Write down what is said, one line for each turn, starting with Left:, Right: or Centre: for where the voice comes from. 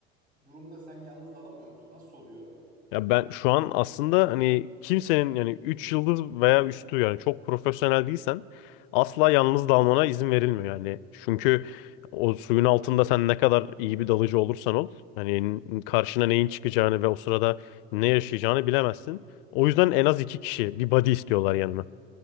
Right: durumda sen yalnız dalamıyor musun? Nasıl oluyor?
Left: Ya ben şu an aslında hani kimsenin yani 3 yıldız veya üstü yani çok profesyonel değilsen asla yalnız dalmana izin verilmiyor yani. Çünkü o suyun altında sen ne kadar iyi bir dalıcı olursan ol hani karşına neyin çıkacağını ve o sırada ne yaşayacağını bilemezsin. O yüzden en az iki kişi bir buddy istiyorlar yanıma.